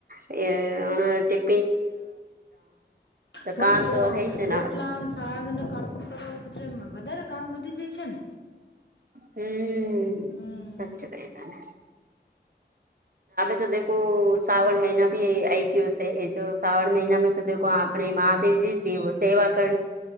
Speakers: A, on the right; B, on the left.
A: એ અને ટી
B: હોય
A: કામ
B: તો
A: હૈ છે
B: રોટલા
A: ને આપડે
B: શાકનું કા <unintelligible> વધારે કામ વધી જાય છે ને
A: હમ
B: હમ
A: સાચુ કેય તમે <unintelligible> તો દેખો શ્રાવણ મહિના ભી આઈ ગયો છે એ જો સાાવણ મહિનામાં તો આપણે મહાદેવજી સેવા કર